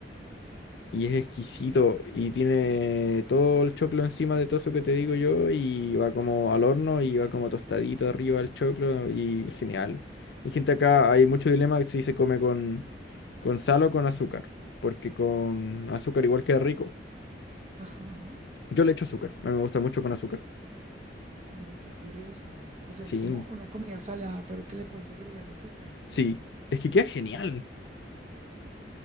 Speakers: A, on the left; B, on the right.
A: Y es exquisito,
B: Ok.
A: y tiene todo el choclo encima de todo eso que te digo yo, y va como al horno, y va como tostadito arriba el choclo, y genial. Hay gente acá, hay mucho dilema si se come con, con sal o con azúcar, porque con azúcar igual queda rico.
B: Ajá.
A: Yo le echo azúcar, a mí me gusta mucho con azúcar.
B: Oye, qué curioso. O sea,
A: Sí,
B: es como una comida salada, pero que le puedes agregar azúcar.
A: sí, es que queda genial.